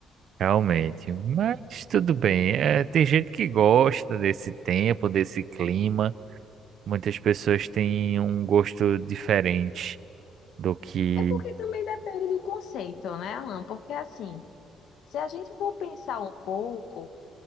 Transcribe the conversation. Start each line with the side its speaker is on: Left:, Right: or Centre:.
Right: Realmente. Mas tudo bem. É, tem gente que gosta desse tempo, desse clima. Muitas pessoas têm um gosto diferente do que
Left: É porque também depende do conceito, né, Alan? Porque assim, se a gente for pensar um pouco.